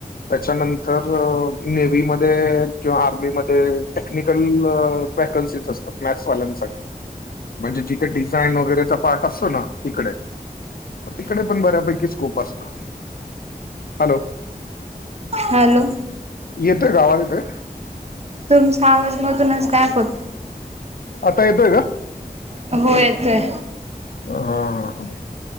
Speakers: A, on the left (about 70°); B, on the right (about 45°).
A: त्याच्यानंतर नेवी मध्ये किंवा आर्मीमध्ये टेक्निकल वॅकन्सीज असतात मॅथ्सवाल्यांसाठी म्हणजे जिथ डिझाईन वगैरेचा पार्ट असतो ना तिकडे म तिकडे पण बऱ्यापैकी स्कोप असतो. हॅलो
B: हॅलो
A: येतोय का आवाज येतोय.
B: तुमचा आवाज मधूनच गायप होतो.
A: आता येतोय का?
B: हो येतोय.
A: हा हा हा